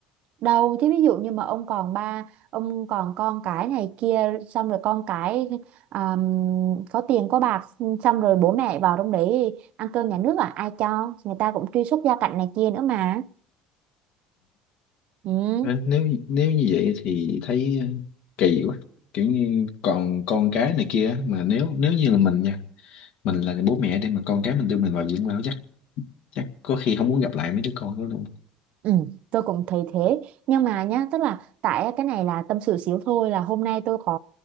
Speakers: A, on the right; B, on the left.
A: đâu chứ ví dụ như mà ông còn ba ông còn con cái này kia xong rồi con cái um, có tiền có bạc xong rồi bố mẹ vào trong đấy ăn cơm nhà nước à ai cho người ta cũng truy xuất gia cảnh này kia nữa mà ừ.
B: Ờ, nếu nếu như vậy thì thấy ờ, kỳ quá kiểu như còn con cái này kia á, mà nếu nếu như là mình nha mình là bố mẹ để mà con cái mình đưa mình vào dưỡng lão chắc chắc có khi không muốn gặp lại mấy đứa con đó luôn
A: Ừ, tôi cũng thấy thế nhưng mà nhá tức là tại cái này là tâm sự xíu thôi là hôm nay tôi có